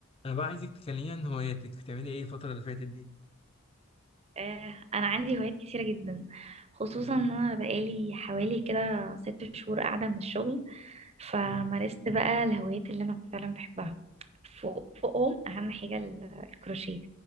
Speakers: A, on the left (about 25°); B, on the right (about 30°).
A: انا بقى عايزك تكلميني عن هواياتك بتعملي ايه الفترة اللي فاتت دي
B: آه، انا عندي هوايات كتيره جدا خصوصا
A: قولي
B: ان
A: لي
B: انا بقالي حوالي كده ست شهور قاعده من الشغل فمارست
A: اه
B: بقى الهوايات اللي انا فعلا بحبها فوق فوقهم اهم حاجه ال- الكروشيه